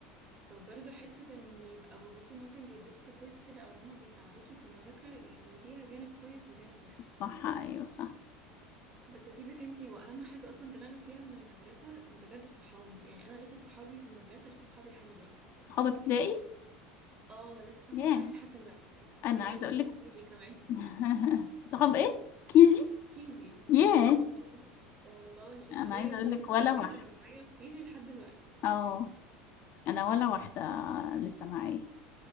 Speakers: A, on the right; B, on the left.
A: فبرضو حتة إن يبقى باباكي مامتك بيدوكي سبورت كده أو إن هما بيساعدوكي في المذاكرة يعني ليها جانب كويس وجانب وحش
B: صح ايوه صح
A: بس سيبك انتي هو أهم حاجة أصلا طلعنا فيها من المدرسة بجد الصحاب يعني أنا لسه صحابي في المدرسة لسه صحابي لحد دلوقتي
B: صحاب ابتدائي
A: اه لسه
B: ياه
A: معايا لحد دلوقتي
B: انا
A: وعايزة
B: عايزه
A: أقولك
B: اقول
A: صحاب
B: لك
A: كيجي كمان
B: <laughs> صحاب ايه كيجي
A: كيجي
B: ياه
A: اه والله والله
B: انا
A: ليا
B: عايزه اقول
A: اتنين
B: لك
A: صحابي
B: ولا واحده
A: كانوا معايا في كيجي لحد دلوقتي
B: اه انا ولا واحده لسه معايا